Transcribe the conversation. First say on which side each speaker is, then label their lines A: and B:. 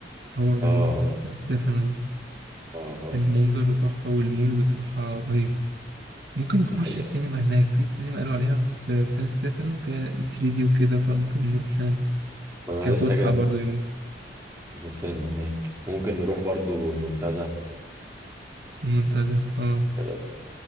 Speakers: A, on the right (about 65°); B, on the right (about 15°).
A: هو اللي
B: اه
A: هو في سان ستيفانو ده
B: آه، آه،
A: المنظر تحفة والمول بصراحة رهيب ممكن نخش
B: دي حقيقة
A: السينما هناك في سينما قالوا عليها في في سان ستيفانو فيها 3D وكده فممكن نروح هناك
B: انا
A: كفسحة
B: لسه جاي
A: برضه يومين
B: نشوف فيلم هناك ممكن نروح برضو المنتزه
A: المنتزه اه
B: كده